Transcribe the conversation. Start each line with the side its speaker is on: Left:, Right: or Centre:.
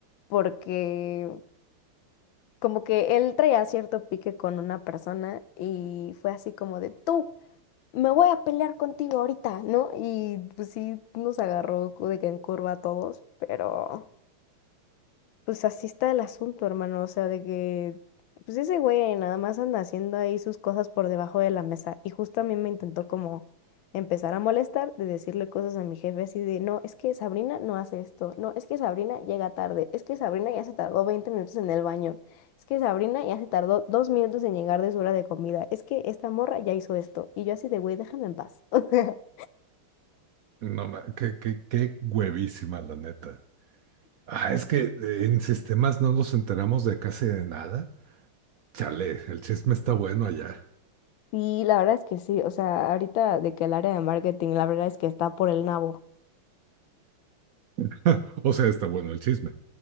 Left: porque como que él traía cierto pique con una persona y fue así como de tú. Me voy a pelear contigo ahorita, ¿no? Y pues sí, nos agarró de que en curva a todos, pero Pues así está el asunto, hermano, o sea, de que, pues ese güey nada más anda haciendo ahí sus cosas por debajo de la mesa y justo a mí me intentó como empezar a molestar de decirle cosas a mi jefe así de, no, es que Sabrina no hace esto, no, es que Sabrina llega tarde, es que Sabrina ya se tardó 20 minutos en el baño, es que Sabrina ya se tardó dos minutos en llegar de su hora de comida, es que esta morra ya hizo esto y yo así de, güey, déjame en paz. <laughs>
Right: No, ma- qué, qué, qué huevísima, la neta. Ah, es que eh, en sistemas no nos enteramos de casi de nada. Chale, el chisme está bueno allá.
Left: Y la verdad es que sí, o sea, ahorita de que el área de marketing, la verdad es que está por el nabo.
Right: <laughs> O sea, está bueno el chisme.